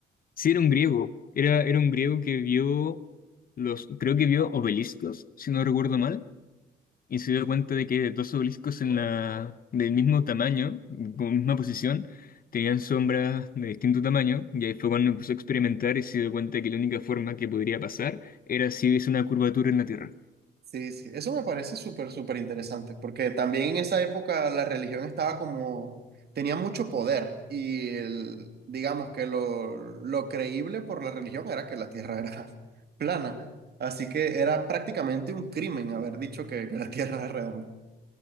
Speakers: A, on the left; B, on the right.
A: sí era un griego, era, era un griego que vio los, creo que vio obeliscos, si no recuerdo mal, y se dio cuenta de que dos obeliscos en la, del mismo tamaño, con misma posición, tenían sombras de distinto tamaño, y ahí fue cuando empezó a experimentar y se dio cuenta que la única forma que podría pasar era si hubiese una curvatura en la Tierra.
B: Sí, sí, eso me parece súper, súper interesante, porque también en esa época la religión estaba como, tenía mucho poder y el, digamos que lo, lo creíble por la religión era que la tierra era <laughs> plana, así que era prácticamente un crimen haber dicho que, que la tierra era redonda.